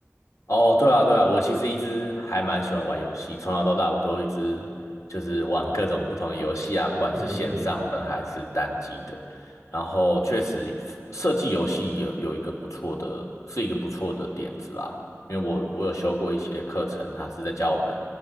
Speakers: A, on the left (about 80°); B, on the right (about 30°).
A: 哦，对啊，对啊，我其实一直还蛮喜欢玩游戏，从小到大我都一直就是玩各种不同的游戏啊，不管是线上的还是单机的。
B: 嗯嗯嗯
A: 然后确实设计游戏有有一个不错的，是一个不错的点子啦，因为我我有修过一些课程，他是在教我们